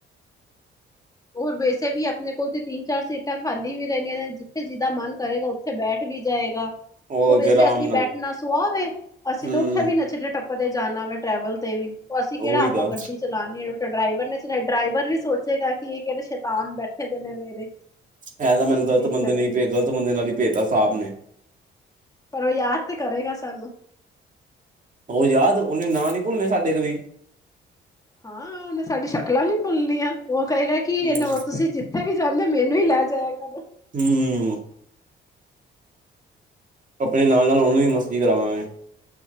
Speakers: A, on the left; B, on the right.
A: <inaudible> ਹੋਰ ਵੈਸੇ ਵੀ ਆਪਣੇ ਕੋਲ ਤੇ ਤਿੰਨ ਚਾਰ ਸੀਟਾਂ ਖਾਲੀ ਵੀ ਰਹਿੰਆਂ ਨੇ ਜਿੱਥੇ ਜਿਦਾ ਮਨ ਕਰੇਗਾ। ਉੱਥੇ ਬੈਠ ਵੀ ਜਾਏਗਾ।
B: ਹੋਰ
A: ਉਹ ਵੈਸੇ
B: ਕੇ ਆਰਾਮ
A: ਅਸੀ
B: ਨਾਲ
A: ਬੈਠਣਾ ਸੁਆ ਵੇ ਅਸੀ
B: ਹੂੰ
A: ਤਾਂ ਉੱਥੇ ਵੀ ਨੱਚਦੇ ਟੱਪਦੇ ਜਾਣਾ ਵੈ। ਟਰੈਵਲ ਤੇ ਵੀ ਉਹ ਅਸੀ ਕਿਹੜਾ
B: ਉਹੀ
A: ਆਪਾਂ
B: ਤਾਂ
A: ਗੱਡੀ। ਚਲਾਣੀ ਏ ਡਰਾਈਵਰ ਨੇ ਡਰਾਈਵਰ ਵੀ ਸੋਚੇਗਾ ਕਿ ਇਹ ਕਿਹੜੇ ਸ਼ੈਤਾਨ ਬੈਠੇ ਦੇ ਨੇ ਮੇਰੇ।
B: ਇਹ ਤਾਂ ਮੈਨੂੰ ਗਲਤ
A: ਮੇਰੀ
B: ਬੰਦੇ
A: ਗੱਡੀ
B: ਨੇ ਲਈ ਪੇ ਗਲਤ ਬੰਦੇ ਨਾਲ ਹੀ ਭੇਜ ਤਾ ਸਾਹਿਬ ਨੇ।
A: ਪਰ ਉਹ ਯਾਦ ਤੇ ਕਰੇਗਾ ਸਾਨੂੰ।
B: ਉਹ ਯਾਦ ਉਹਨੇ ਨਾਂ ਨੀ ਭੁੱਲਣੇ ਸਾਡੇ ਕਦੀ।
A: ਹਾਂ ਉਹਨੇ ਸਾਡੀ ਸ਼ਕਲਾਂ ਨਹੀ ਭੁੱਲਣੀਆਂ ਉਹ ਕਹੇਗਾ ਕਿ ਇਹਨੇ
B: ਹੂੰ
A: ਉਹ ਤੁਸੀ ਜਿੱ। ਜਿੱਥੇ ਵੀ ਜਾਂਦੇ ਮੈਨੂੰ ਹੀ ਲੈ ਜਾਇਆ ਕਰੋ।
B: ਹੂੰ ਹੂੰ, ਆਪਣੇ ਨਾਲ ਨਾਲ ਉਹਨੂੰ ਵੀ ਮਸਤੀ ਕਰਾਵਾਂਗੇ,